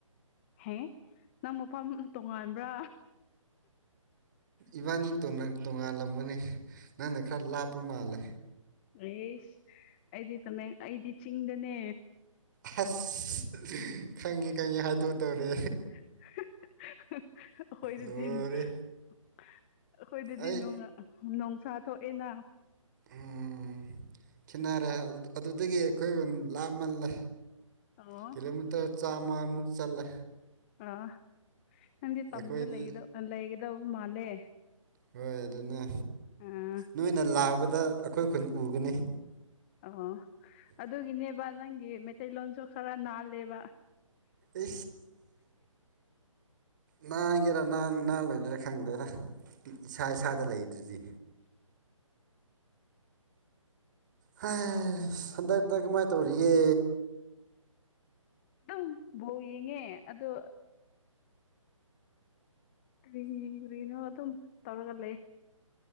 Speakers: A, on the left; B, on the right.
A: ꯍꯦ ꯅꯪ ꯃꯐꯝ ꯇꯣꯉꯥꯟꯕ꯭ꯔꯥ꯫
B: ꯏꯕꯥꯅꯤ ꯇꯣꯉꯥꯜ ꯇꯣꯉꯥꯜꯂꯝꯒꯅꯤ ꯅꯪꯅ ꯈꯔ ꯂꯥꯞꯄ ꯃꯥꯜꯂꯦ꯫
A: ꯑꯦꯁ ꯑꯩꯗꯤ ꯇꯃꯦꯡ ꯑꯩꯗꯤ ꯆꯤꯡꯗꯅꯦ꯫
B: ꯍꯥꯁ ꯈꯪꯉꯤ ꯈꯪꯉꯤ ꯍꯥꯏꯗꯣꯛ ꯇꯣꯔꯦ꯫
A: <unintelligible> ꯑꯩꯈꯣꯏꯗꯨꯗꯤ
B: ꯂꯣꯏꯔꯦ
A: ꯑꯩꯈꯣꯏꯗꯨꯗꯤ
B: ꯑꯩ
A: ꯅꯣꯡꯉ ꯅꯨꯡꯁꯥ ꯊꯣꯛꯑꯦꯅ꯫
B: ꯎꯝ ꯈꯦꯠꯅꯔꯦ ꯑꯗꯨꯗꯒꯤ ꯑꯩꯈꯣꯏ ꯌꯨꯝ ꯂꯥꯞꯃꯜꯂꯦ꯫
A: ꯑꯣ
B: ꯀꯤꯂꯣꯃꯤꯇꯔ ꯆꯥꯝꯃꯃꯨꯛ ꯆꯜꯂꯦ꯫
A: ꯑꯥ ꯅꯪꯗꯤ ꯇꯝꯗ
B: ꯑꯩꯈꯣꯏꯗꯤ
A: ꯂꯩꯒꯗꯕ ꯃꯥꯜꯂꯦ꯫
B: ꯍꯣꯏ ꯑꯗꯨꯅ
A: ꯑꯥ
B: ꯅꯣꯏꯅ ꯂꯥꯛꯕꯗ ꯑꯩꯈꯣꯏ ꯈꯨꯈꯅ ꯎꯒꯅꯤ꯫
A: ꯑꯣ ꯑꯗꯨꯒꯤꯅꯦꯕ ꯅꯪꯒꯤ ꯃꯩꯇꯩꯂꯣꯟꯁꯨ ꯈꯔ ꯅꯥꯜꯂꯦꯕ꯫
B: ꯏ ꯅꯥꯍꯥꯟꯒꯦꯔꯥ ꯅꯍꯥꯟ ꯅꯍꯥꯟ ꯂꯣꯏꯗꯣꯏꯔꯥ ꯈꯪꯗꯦꯗ꯫ ꯏꯁꯥ ꯏꯁꯥꯗ ꯂꯩꯗꯨꯗꯤ꯫
A: <inaudible>
B: ꯍꯥꯏꯁ ꯍꯟꯗꯛꯗ ꯀꯃꯥꯏꯅ ꯇꯧꯔꯤꯒꯦ꯫
A: ꯑꯗꯨꯝ ꯕꯣꯜ ꯌꯦꯡꯉꯦ ꯑꯗꯣ ꯀꯔꯤ ꯀꯔꯤꯅꯣ ꯑꯗꯨꯝ ꯇꯧꯔꯒ ꯂꯩꯌꯦ꯫